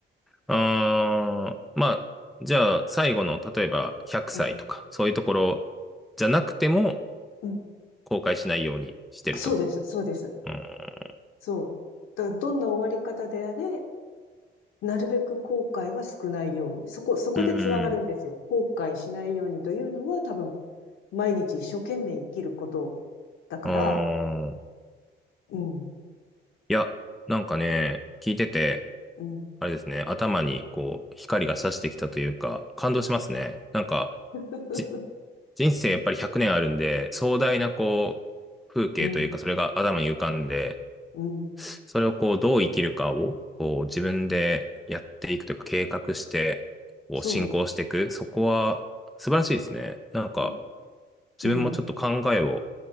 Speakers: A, in the centre; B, on the left.
A: あー、まあ、じゃあ、最後の、例えば100歳とか、
B: うん。
A: そういうところじゃなくても、
B: うん。
A: 後悔しないようにしてると。
B: そうです。そうです。
A: うん。
B: そう。だからどんな終わり方であれ、なるべく後悔は少ないように。そこ、そこでつながるんですよ。
A: うん。
B: 後悔しないようにというのは多分毎日一生懸命生きることだから、
A: あー
B: うん、
A: いや、なんかね、聞いてて、
B: うん、
A: あれですね、頭にこう、光が差してきたというか、感動しますね。なんか、
B: <laughs>
A: じ、人生やっぱり100年あるんで、壮大なこう、風景というか、
B: うん、
A: それが頭に浮かんで、
B: <laughs> うん、
A: それをこう、どう生きるかを、こう、自分でやっていくというか、計画して、こう、
B: そ
A: 進行していく。そこは、素晴らしいですね。なんか、
B: う、
A: 自分もちょっと考えを
B: うん。